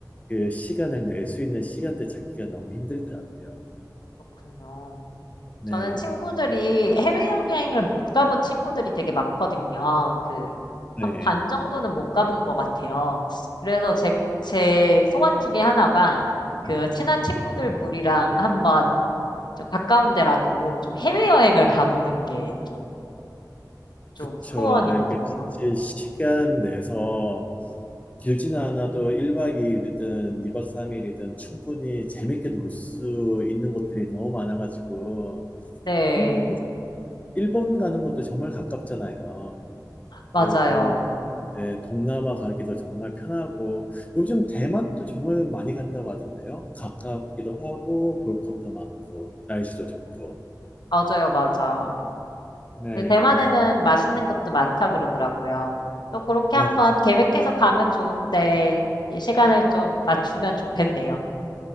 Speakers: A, on the left (about 20°); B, on the left (about 80°).
A: 그 시간을 낼 수 있는 시간대 찾기가 너무 힘들더라고요.
B: 그렇군요.
A: 네,
B: 저는 친구들이 해외여행을 못 가본 친구들이 되게 많거든요. 그,
A: 네,
B: 한 반 정도는 못 가본 것 같아요. 그래서 제, 제 소원 중에 하나가 그 친한 친구들 무리랑 한번 좀 가까운 데라도 좀 해외여행을 가보는 게 좀, 좀
A: 그쵸.
B: 소원이거든요.
A: 이렇게 같이 시간 내서 길지는 않아도 1박 2일이든 2박 3일이든 충분히 재밌게 놀 수 있는 곳들이 너무 많아 가지고
B: 네,
A: 한국 일본 가는 것도 정말 가깝잖아요.
B: 맞아요.
A: 그리고 네 동남아 가기도 정말 편하고 요즘 대만도 정말 많이 간다고 하던데요. 가깝기도 하고 볼 것도 많고 날씨도 좋고.
B: 맞아요, 맞아.
A: 네.
B: 근데 대만에는 맛있는 것도 많다 그러더라고요. 또 그렇게
A: 네.
B: 한번
A: 좀
B: 계획해서 가면 좋은데 이 시간을 좀 맞추면 좋겠네요.